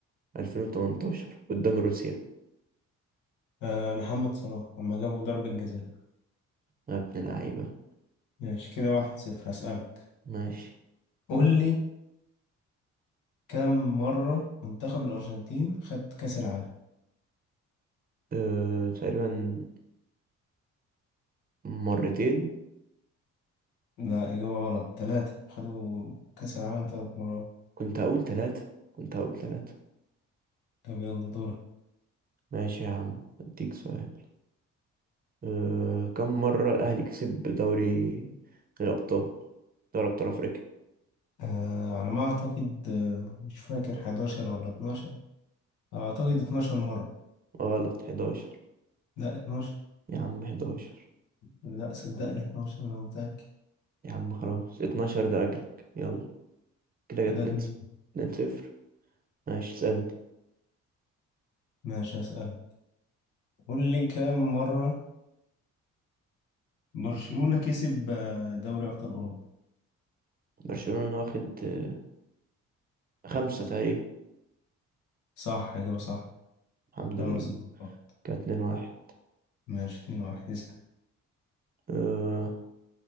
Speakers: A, on the right (about 30°); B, on the left (about 85°).
A: 2018 قدام روسيا
B: آه محمد صلاح لما جابوا ضربة جزاء
A: يا ابن اللعيبة
B: ماشي كده واحد صفر هسألك
A: ماشي
B: قول لي كم مرة منتخب الأرجنتين خد كأس العالم؟
A: أه... تقريبا مرتين
B: لا إجابة غلط تلاتة خدوا كأس العالم تلات مرات
A: كنت هقول ثلاثة كنت هقول ثلاثة
B: طب يلا دورك
A: ماشي يا عم اديك سؤال آه، كم مرة الأهلي كسب دوري الأبطال دوري أبطال أفريقيا
B: آه على ما أعتقد آه مش فاكر 11 ولا 12 أعتقد 12 مرة
A: غلط 11
B: لا 12
A: يا عم 11
B: لا صدقني 12 أنا متأكد
A: يا عم خلاص 12 ده أجلك يلا كده
B: كده
A: جت
B: اتنين.
A: نت 2 0 ماشي اسألني
B: ماشي هسألك قول لي كام مرة برشلونة كسب آه، دوري أبطال أوروبا
A: برشلونة واخد آه، خمسة تقريبا
B: صح إجابة صح
A: الحمد
B: خمس
A: لله
B: مرات
A: كده 2 واحد
B: ماشي اتنين واحد اسأل
A: أه...